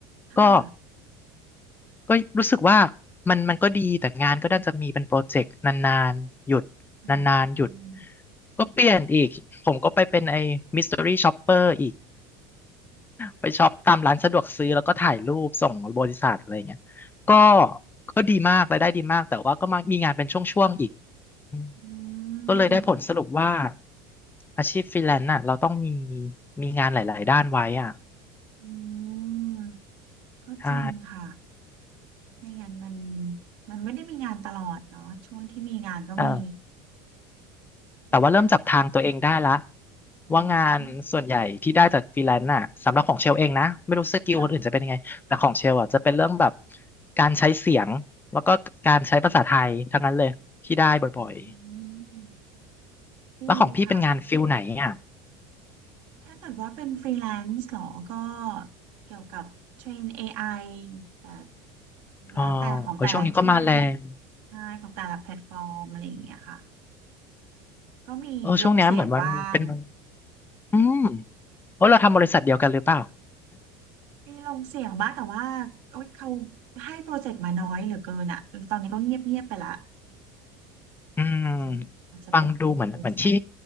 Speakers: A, on the right (about 70°); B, on the left (about 20°).
A: ค่ะ
B: ก็ ก็รู้สึกว่ามันมันก็ดีแต่งานก็น่าจะมีเป็นโปรเจกต์นานๆหยุดนานๆหยุด
A: อืมอืม
B: ก็เปลี่ยนอีกผมก็ไปเป็นไอ้มิส t ต r y ี่ช็อปเปอร์อีกไปช็อปตามร้านสะดวกซื้อแล้วก็ถ่ายรูปส่งบริษัทอะไรเงี้ยก็ก็ดีมากรายได้ดีมากแต่ว่าก็มามีงานเป็นช่วงๆอีกอืม
A: อื
B: ก็เลยได้ผลสรุปว่า
A: ม
B: อาชีพฟรีแลนซ์น่ะเราต้องมีมีงานหลายๆด้านไว้อ่ะ
A: อืมก็จริงค่ะ
B: ใช่
A: ไม่งั้นมันมันไม่ได้มีงานตลอดเนาะช่วงที่มีงานก็มี
B: แต่
A: จริงค่ะ
B: แต่ว่าเริ่มจับทางตัวเองได้ละ
A: อืม
B: ว่างานส่วนใหญ่ที่ได้จากฟรีแลนซ์น่ะสำหรับของเชลเองนะไม่รู้สกิลคนอื่นจะเป็นยังไงแต่ของเชลอ่ะจะเป็นเรื่องแบบ
A: ค่ะ
B: การใช้เสียงแล้วก็การใช้ภาษาไทยทั้งนั้นเลยที่ได้บ่อย
A: อืม
B: ๆแล้วของพี่เป็นงานฟิลไหนอ่ะ
A: พีค่ะถ้าเกิดว่าเป็นฟรีแลนซ์เหรอก็เกี่ยวกับเทรนเอไอแต่แล้วแต่ของแต่ละที่
B: อ๋อโอ้ยช่วงนี้ก็มาแรง
A: ใช่ของแต่ละแพลตฟอร์มอะไรอย่างเงี้ยค่ะก็มีลงเสียงบ้าง
B: เออช่วงเนี้ยเหมือนมันเป็นอืมโอ้ยเราทำบริษัทเดียวกันหรือเปล่า
A: มีลงเสียงบ้างแต่ว่าโอ๊ยเขาให้โปรเจกต์มาน้อยเหลือเกินอ่ะตอนนี้ก็เงียบเงียบไปละ
B: อืม
A: อาจจะอาจจะเป็นเรือบริ
B: ฟังดูเหมือนเหมือนที่
A: <laughs> ษัท